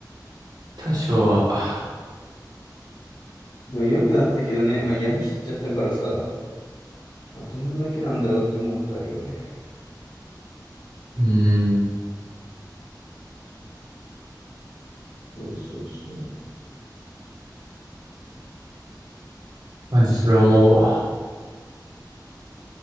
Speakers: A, on the right; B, on the left.
A: 多少は。
B: う。でも良くなったけどね、まあ闇知っちゃったからさ、まあどんだけなんだろうって思うことあるよね。
A: うーん。
B: そうそうそう。
A: マジそれ思うわ。